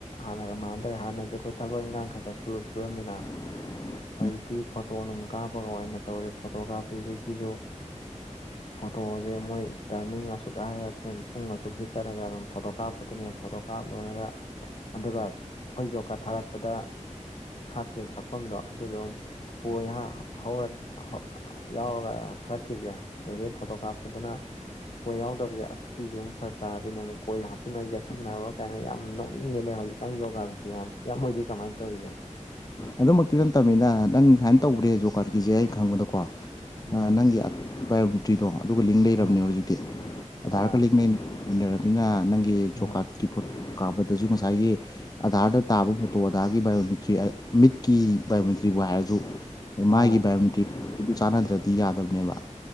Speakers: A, on the left; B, on the left.
A: ꯍꯥꯟꯅꯒ ꯃꯥꯟꯅꯗ ꯍꯥꯟꯅꯗꯤ ꯑꯩꯈꯣꯏ ꯊꯕꯛ ꯏꯟꯈꯥꯡ ꯈꯛ ꯁꯨꯔꯝꯃꯤꯅ
B: <unintelligible>
A: ꯍꯧꯖꯤꯛꯇꯤ ꯐꯣꯇꯣ ꯅꯨꯡꯝ ꯀꯥꯞꯄꯒ ꯑꯣꯏꯅ ꯇꯧꯔꯦ ꯐꯣꯇꯣꯒ꯭ꯔꯥꯐꯤꯁꯤꯦ ꯁꯤꯁꯨ ꯐꯇꯣꯦ ꯃꯣꯏ ꯇꯥꯏꯃꯤ ꯑꯁꯁꯨ ꯀꯥꯦ ꯇ ꯄꯨꯡ ꯑꯁꯨꯛꯁꯤ ꯆꯠꯂꯒ ꯑꯗꯨꯝ ꯐꯣꯇꯣ ꯀꯥꯞꯄꯗꯨꯣꯏꯅꯦꯕ ꯐꯣꯇꯣ ꯀꯥꯞ ꯂꯣꯏꯔꯒ ꯑꯗꯨꯒ ꯑꯩꯈꯣꯏ ꯌꯖꯣꯀꯥ ꯊꯥꯒꯠꯄꯗ ꯍꯥꯞꯈꯤꯕ ꯁꯛꯐꯝꯗꯣ ꯑꯗꯨꯗꯣ ꯀꯍ ꯍꯗ ꯌꯥꯎꯔꯒ ꯊꯥꯒꯠꯈꯤꯕꯁꯦ ꯑꯗꯨꯗꯩ ꯐꯣꯇꯣ ꯀꯥꯞꯄꯗꯅ ꯀꯣꯏ ꯌꯥꯎꯗꯕꯁꯦ ꯑꯁ ꯁꯤꯁꯨ ꯑꯃꯛ ꯐꯔꯛ ꯇꯥꯗꯣꯢꯅꯦ ꯑꯃꯨꯛ ꯀꯣꯏ ꯍꯥꯞꯆꯤꯟꯟꯅ ꯌꯦꯛꯁꯤꯟꯅꯕꯔꯥ ꯀꯩꯅꯣ ꯌꯥꯝꯅ ꯅꯣꯛꯅꯤꯡꯉꯦꯅꯦ ꯍꯧꯖꯤꯛ ꯀꯥꯟꯅ ꯌꯣꯒꯥꯁꯤ ꯌꯥꯝ ꯏꯌꯥꯝ ꯍꯣꯢꯗꯤ ꯀꯃꯥꯏꯅ ꯇꯧꯔꯤꯒꯦ
B: ꯑꯗꯨꯃꯛꯇꯤ ꯅꯠꯇꯕꯅꯤꯅ ꯅꯪ ꯁꯨꯃꯥꯏꯅ ꯇꯧꯒ꯭ꯔꯦ ꯖꯣ ꯀꯥꯔꯠꯀꯤꯁꯦ ꯑ ꯈꯪꯕꯗꯀꯣ
A: ꯎꯝ
B: ꯅꯪꯒꯤ ꯕꯥꯏꯌꯣꯃꯤꯇ꯭ꯔꯤꯗꯣ ꯑꯗꯨꯒ ꯂꯤꯡ ꯂꯩꯔꯕꯅꯦ
A: ꯎꯝ
B: ꯍꯧꯖꯤꯛꯇꯤ ꯑꯙꯥꯔ
A: ꯑꯥ
B: ꯒ ꯂꯤꯡ ꯂꯩꯅꯔꯕꯅꯤꯅ ꯅꯪꯒꯤ ꯖꯣꯕ
A: ꯑꯥ
B: ꯀꯥꯔꯠꯀꯤ ꯐꯣ ꯀꯥꯞꯕꯗꯁꯨ ꯉꯁꯥꯏꯒꯤ ꯑꯙꯥꯔꯗ ꯇꯥꯕ ꯐꯣ ꯇꯣꯗꯥꯒꯤ ꯕꯥꯏꯑꯣꯃꯤꯇ꯭ꯔꯤ ꯃꯤꯠꯀꯤ ꯕꯥꯏꯑꯣꯃꯤꯇ꯭ꯔꯤꯕꯨ ꯍꯥꯏꯔꯁꯨ ꯃꯥꯒꯤ
A: ꯑꯥ
B: ꯕꯥꯏꯑꯣꯃꯤꯇ꯭ꯔꯤ ꯆꯥꯟꯅꯗ꯭ꯔꯗꯤ ꯌꯥꯗꯕꯅꯦꯕ